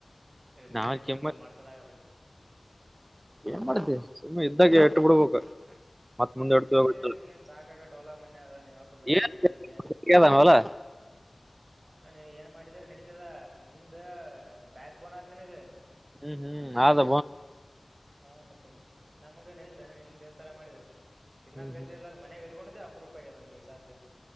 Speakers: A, on the right (about 65°); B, on the right (about 35°).
A: ರಿಮಾಂಡ್
B: ನಾವ್
A: ಆಯ್ತ
B: ಕೆಮ್ಮ
A: ಅಂದ್ರೆ ಮಾಡಸೋದಾಗಲ್ಲ ನಮ್ಗೆ
B: ಏನ್ ಮಾಡತಿ ಸುಮ್ಮ್ನೆ ಇದ್ದಾಗ ಎಟ್ಟು ಬಿಡ್ಬೇಕು ಮತ್ ಮುಂದೆ
A: ನಡಿದ್ರಿ
B: ಇಡ್ತೀವಿ ಗೊತ್ತಿಲ್ಲ
A: ನೀನ್ಗಏನ್ ಸಾಕಾಗ ಓಲಾ ಮನೆ ಅದ ನಿಮ್ಮಪ್ಪ ಗಳಿಸ್ಯಾನಜಕ್ಕೆ
B: ಏನ್ ಗೊತ್ತಾಗ್ಯದ ನಾವಲ್ಲ?
A: ಅಲ್ಲ ನೀನ್ ಏನ್ ಮಾಡಿದರೆ ನಡೀ ದ ನಿಮ್ದ ಬ್ಯಾಕ್ ಬೋನ್ ಆದ ನಿನಗ್
B: ಹ್ಮ್ ಹ್ಮ್ ಆದಬ
A: ಹಾ ಮತ್ತೇನೆ ನಮ್ಗೆ ನಡೀಿದ್ದಾನೆ ನಿನ್ ನಿನ್ ತರ ಮಾಡಿದರು ತಿನ್ನ
B: ಹ್ಮ್
A: ಗೈತಿರ್ಾರ
B: ಹ್ಮ್
A: ಮನೆಾಗ ಇಟ್ಕೊಂಡಿದ್ದೆ ರೂಪಾಯಿಗೆದಮಗೆ ಈ ಸಾಾದಧ್ಯೆ